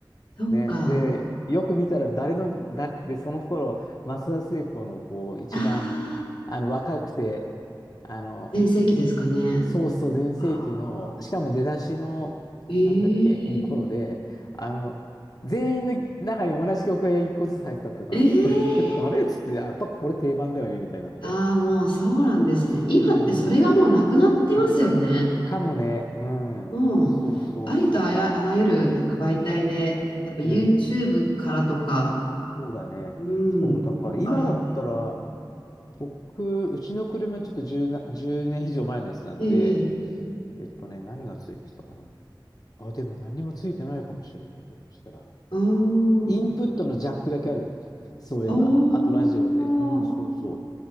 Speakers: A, on the left; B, on the left.
A: そっか。
B: ね、で、よく見たら誰の、だ、で、その頃、増田聖子のこう、一番、
A: ああ、
B: あの、若くて、あの、
A: 全盛期ですかね。
B: そうそう、全盛期の、
A: ああ、
B: しかも出だしの、
A: ええ
B: なんだっけ、うん、頃で、あの、全員の中に同じ曲が一個ずつ入ってたとか、
A: ええ
B: <laughs> あれっつって、やっぱこれ定番だよね、みたいになって。
A: ああ、もうそうなんですね。
B: そうそうそう、
A: 今ってそれがもうなくなってますよね。
B: 面白い。かもね、うん。
A: もう、
B: そうそうそ
A: ありとあら、あらゆるなんか媒体で、やっぱ YouTube
B: う。うん。
A: からとか、
B: そうだね。
A: うん、
B: そう、だから今だったら、
A: あるので。
B: 僕、うちの車ちょっと10な、1年以上前のやつなんで、
A: ええ、ええ
B: えっとね、何がついてたかな。あ、でも何にもついてないかもしれない、ひょっとしたら。
A: あー
B: インプットのジャックだけあるよ。そういえば。
A: あー、
B: あとラジオで。うん、そうそう。